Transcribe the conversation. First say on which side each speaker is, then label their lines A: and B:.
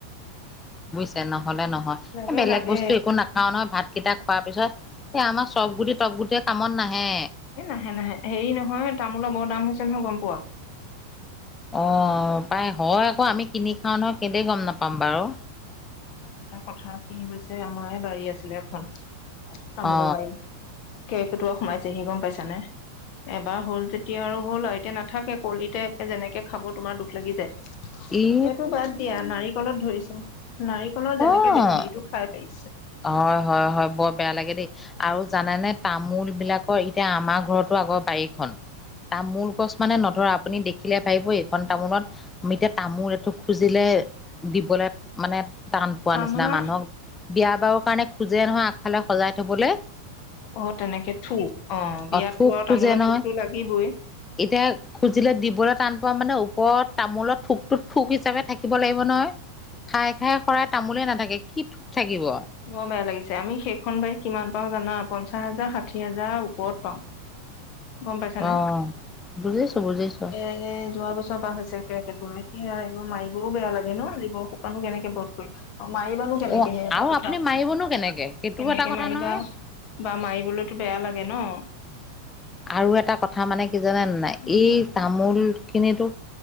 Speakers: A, on the left; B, on the left.
A: চে নহ'লে নহয়,
B: লাগে
A: এ বেলেগ
B: লাগে
A: বস্তু একো নাখাওঁ নহয়, ভাতকেইটা খোৱাৰ পিছত এ আমাৰ চব গুটি, টপ গুটিয়ে কামত নাহে।
B: এ নাহে নাহে, হেৰি নহয় তামোলৰ বৰ দাম হৈছে নহয় গম পোৱা?
A: অ' পায় হয় আকৌ আমি কিনি খাওঁ নহয়, কেইলে গম নাপাম বাৰু।
B: এটা কথা কি হৈছে আমাৰে বাৰী আছিলে এখন। তামোলৰ
A: অ
B: বাৰী কেৰ্কেটুৱা সোমাইছে সি গম পাইছা নে? এবাৰ হ'ল যেতিয়া আৰু হ'ল আৰু এতিয়া নাথাকে কলিতে যেনেকে খাব তোমাৰ দুখ লাগি যায়।
A: ই
B: সেইটো বাদ দিয়া নাৰিকলত ধৰিছে, নাৰিকলৰ যেনেকে
A: অ
B: হেৰিটো খাই পাই
A: হয় হয় হয় বৰ বেয়া লাগে দেই। আৰু জানেনে তামোল বিলাকৰ এতিয়া আমাৰ ঘৰতো আগৰ বাৰীখন তামোল গছ মানে নধৰা আপুনি দেখিলে ভাবিব এইখন তামোলত আমি এতিয়া তামোল এঠুক খুজিলে এ দিবলে মানে টান পোৱা
B: আমাৰ
A: নিচিনা মানুহক বিয়া বাৰো কাৰণে খোজে নহয় আগফালে সজাই থবলে
B: অ তেনেকে থোক, অ বিয়টো
A: থোক খোজে
B: তামোলৰ
A: নহয়
B: থোকটো লাগিবই।
A: এতিয়া খুজিলে দিবলে টান পোৱা মানে ওপৰত তামোলত ঠোকটোত ঠোক হিচাপে থাকিব লাগিব নহয়। খায় খায় হৰাই তামোলে নাথাকে কি ঠোক থাকিব।
B: অ বেয়া লাগিছে, আমি সেইখন বাৰী কিমান পাওঁ জানা? পঞ্চাশ হাজাৰ ষাঠি হাজাৰ ওপৰত পাওঁ। গম পাইছানে?
A: অ', বুজিছো বুজিছো
B: এ যোৱা বছৰৰ পৰা হৈছে কেৰ্কেটুৱাই এয়া এইবোৰ মাৰিবও বেয়া লাগে ন, জীৱৰ সোপানো কেনেকে বধ কৰিবা। অ মাৰিবানো কেনেকে
A: অ',
B: হে এটা
A: আৰু
B: কথা।
A: আপুনি মাৰিবনো
B: কেনেকে
A: সেইটোও এটা কথা
B: মাৰিবা
A: নহয়।
B: বা মাৰিবলৈতো বেয়া লাগে ন?
A: আৰু এটা কথা মানে কি জানা নে নাই,
B: উম
A: এই তামোল খিনিটো